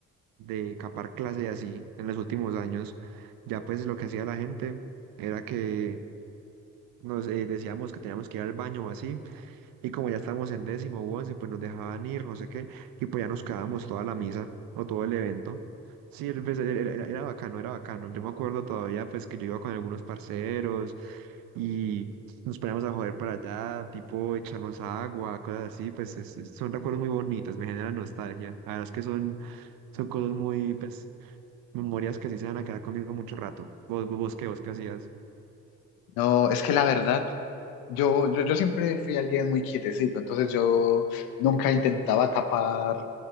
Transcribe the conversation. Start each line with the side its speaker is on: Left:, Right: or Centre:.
Right: de capar clase y así en los últimos años, ya pues lo que hacía la gente era que nos eh, decíamos que teníamos que ir al baño o así y como ya estábamos en décimo o once, pues nos dejaban ir, no sé qué, y pues ya nos quedábamos toda la misa o todo el evento. Sí, el- pues, era, era- era bacano, era bacano. Yo me acuerdo todavía, pues, que yo iba con algunos parceros y nos poníamos a joder para allá, tipo echarnos agua, cosas así, pues es- es- son recuerdos muy bonitos, me generan nostalgia. La verdad es que son, son cosas muy, pues, memorias que sí se van a quedar conmigo mucho rato. ¿Vos, vos, vos qué, vos qué hacías?
Left: No, es que la verdad Yo, yo, yo siempre fui alguien muy quietecito, entonces yo nunca intentaba capar,